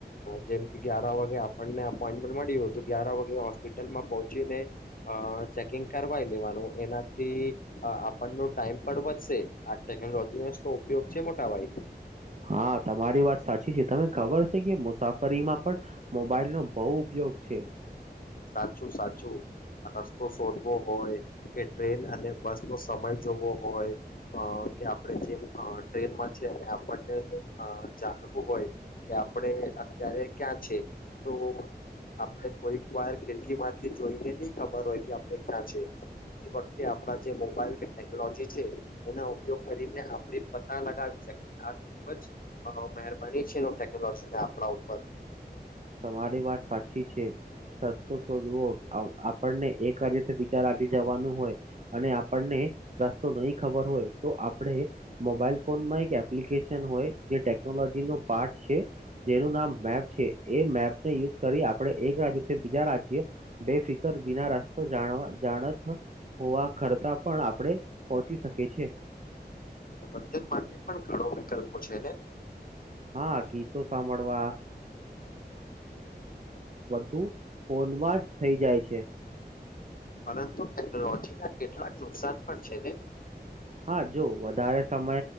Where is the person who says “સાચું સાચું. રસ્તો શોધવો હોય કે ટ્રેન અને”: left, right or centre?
Left